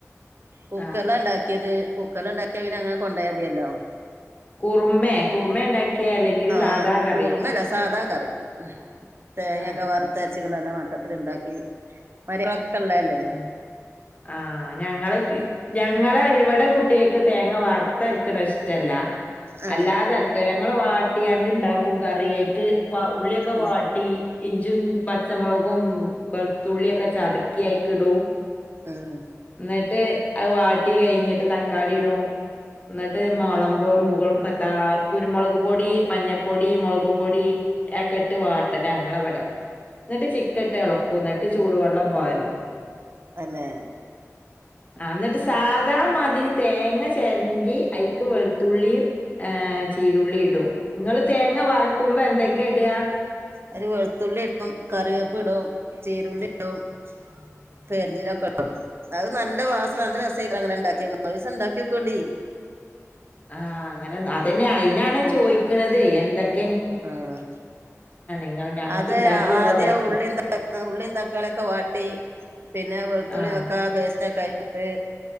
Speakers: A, on the right (about 50°); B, on the left (about 30°).
A: കുക്കറ്ലാ
B: ആഹ്
A: ണ്ടാക്കിയത്. കുക്കറ്ല് ണ്ടാക്കിയ പിന അങ്ങനെ കൊണ്ടോയാ മതിയല്ലോ..
B: കുറുമേ കുറുമേ ഇണ്ടാക്കിയേ അല്ലെങ്കില്
A: ആഹ്
B: സാധാ കറി
A: കൂർമ്മല്ല സാദാ കറി. തേങ്ങക്കെ
B: ആഹ്
A: വ.. ർത്തരച്ച്കാണ്ട് നല്ല മട്ടത്തിൽ ണ്ടാക്കി. മര് ക്കള്ളല്ലേ..
B: ആഹ് ആഹ് ഞങ്ങള്ക്ക് ഞങ്ങളെ ഇവിടെ കുട്ടിയേക്ക് തേങ്ങ വാർത്തരിക്കണ ഇഷ്.. ഷ്ടല്ല..
A: ആ
B: അല്ലാതരക്കാ. ഞങ്ങള് വാട്ടിക്കാണ്ട് ണ്ടാക്കും. കറിഅയ്ക്ക് ഉള്ളിക്കെ വാട്ടി..
A: ഉം
B: ഇഞ്ചും പച്ചമുളകും വെളുത്തുള്ളി ക്കെ ചതക്കി ആയിക്കിടും..
A: ആഹ്..
B: ന്നെട്ട് അഹ് വാട്ടി കഴിഞ്ഞിട്ട് തക്കാളിടും.. ന്നെട്ട് മുളമ്പോ മുഗൾ മത്താ.. കുരുമെളക് പൊടി മഞ്ഞപ്പൊടി മുളകും പൊടി അഹേക്കെ ട്ട് വാട്ടലാ ഞങ്ങളെ വെടെ.. ന്നെട്ട് ചിക്കൻ ട്ട് എളക്കും. ന്നെട്ട് ചൂടുവെള്ളം പാരും..
A: തെന്നെ..
B: ന്നെട്ട് സാധാ മാതിരി.. തേങ്ങ ചെരന്റി ഐക്ക് വെളുത്തുള്ളീം.. ഏഹ് ചീരുള്ളി ഇടും. ഇങ്ങള് തേങ്ങ വറക്കുമ്പോ എന്തൊക്കെ ഇട.
A: അതിൽ വെളുത്തുള്ളി ടും കറിവേപ്പ് ടും ചീരുള്ളി ടും.. പെര്ഞ്ചീരക്കെ ടും. അത് നല്ലാ വാസന നല്ല രസംയ് ക്കാരം അങ്ങനെണ്ടാക്കിയാൽ. ഒരീസം ഉണ്ടാക്കിനോകൊണ്ടി..
B: ആഹ് അങ്ങനെ അതന്നെ അയിനാണെ ചോയിക്കണതെ എന്തൊക്ക..
A: ആഹ്
B: ഇങ്ങൾ ഞങ്ങക്ക്
A: അത്
B: ഇണ്ടാക്കിയോക്കാൻ
A: ആദ്യം
B: പറ്റി
A: ഉള്ളി ഉള്ളിൻ തക്കാളി യെക്കെ വാട്ടി.. ട്ടി പിന്നെ വെളുത്തുള്ളി
B: ആഹ്
A: തക്കാളി പേസ്റ്റ് ഒക്കെ ആയി.. ഇട്ട്